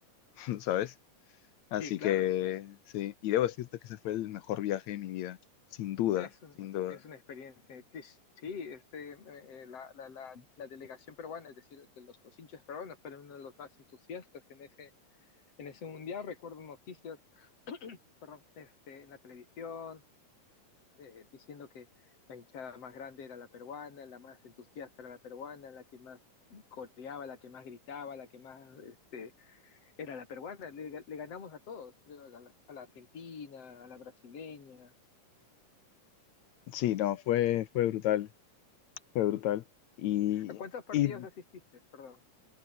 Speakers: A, on the left; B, on the left.
A: <laughs> ¿sabes? Así
B: Sí, claro,
A: que
B: no,
A: sí, y debo decirte que ese fue el mejor viaje de mi vida, sin duda,
B: Es un-
A: sin duda.
B: es una experiencia. Cris. Sí, este, eh, eh, la, la, la, la delegación peruana, es decir, este, los, los hinchas peruanos fueron uno de los más entusiastas en ese, en ese mundial. Recuerdo noticias, perdón, este, en la televisión de- diciendo que la hinchada más grande era la peruana, la más entusiasta era la peruana, la que más coreaba, la que más gritaba, la que más este, era la peruana. Le, le ganamos a todos, creo, a la, a la argentina, a la brasileña.
A: Sí, no, fue, fue brutal, fue brutal. Y,
B: ¿A cuántos partidos
A: y
B: asististe? Perdón.